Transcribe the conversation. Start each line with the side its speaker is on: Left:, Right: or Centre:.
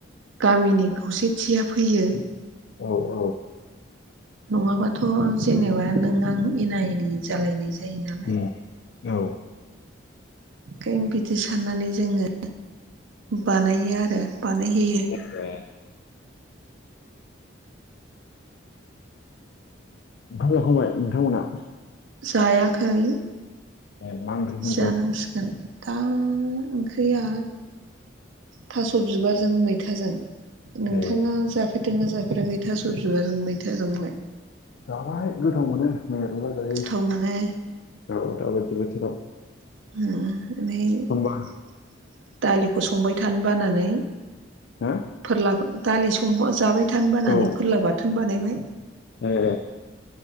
Right: गामिनि खौसेथिया फैयो।
Left: औ -औ।
Right: नङाबाथ' जेनेबा नों आं एना एनि जालायनाय जायो नालाय
Left: उम औ।
Right: ओंखायनो बिदि साननानै जोङो बानायो आरो बानायहैयो।
Left: <unintelligible> ओंखाम जाखांबाय नोंथांमोना।
Right: जायाखै
Left: ए मा ओंख्रि संखो
Right: जानांसिगोन। दा ओंख्रिया थास' बिबारजों मैथाजों। नोंथाङा
Left: ए
Right: जाफेरदोंना जाफेराखै थास' बिबारजों मैथाजोंलाय।
Left: जाबाय गोथाव मोनो मेर्ला जायो
Right: गोथाव मोनो
Left: दा दाबायदि बोथोराव।
Right: बेओमफ्राय <unintelligible>
Left: होमबा
Right: दालिखौ संबाय थानो बानानै
Left: हो
Right: फोरला दालि संबा जाबाय थानो बानानै
Left: औ
Right: फोरला बाथोन बानायबाय।
Left: ए।